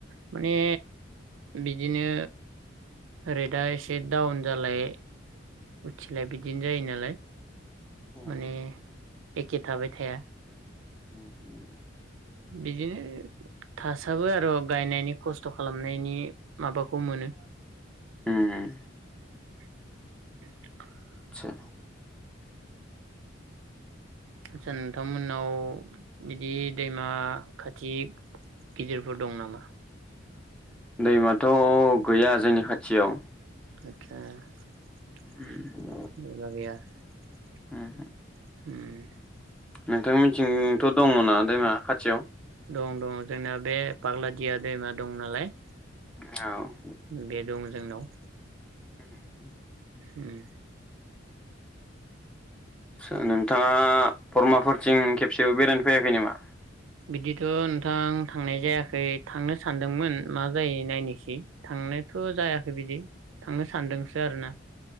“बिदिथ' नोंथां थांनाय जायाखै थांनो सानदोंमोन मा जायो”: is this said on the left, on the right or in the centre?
Right